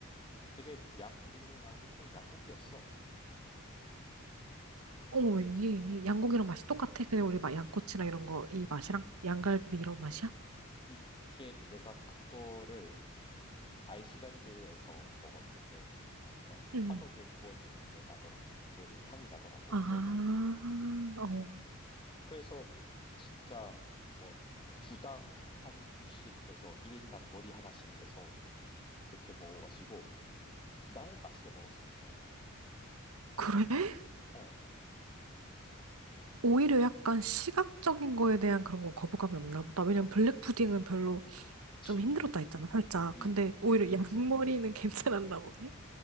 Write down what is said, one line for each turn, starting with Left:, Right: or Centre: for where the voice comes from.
Left: 되게 양 비린내 나고 그냥 양고기였어.
Right: 어머, 웬일이니?
Left: 어.
Right: 양고기랑 맛이 똑같아? 그냥 우리 막 양꼬치랑 이런 거, 이 맛이랑?
Left: 음.
Right: 양갈비 이런 맛이야?
Left: 이게 내가 그거를 아이슬란드에서 먹었는데 이게 약간
Right: 음.
Left: 화덕에 구워진 게 나더라 그런 향이 나더라고.
Right: 아,
Left: 훈연향이.
Right: 어.
Left: 그래서 진짜 뭐 주당 한 두씩 해서 1인당 머리 하나씩 해서 이렇게 먹어 가지고 나는 맛있게 먹었었어.
Right: 그래?
Left: 어.
Right: 오히려 약간 시각적인 거에 대한 그런 건 거부감이 없나 보다. 왜냐면 블랙푸딩은
Left: 음.
Right: 별로
Left: 그치.
Right: 좀 힘들었다 했잖아, 살짝.
Left: 음.
Right: 근데
Left: 음.
Right: 오히려 양머리는 <laughs> 괜찮았나 보네.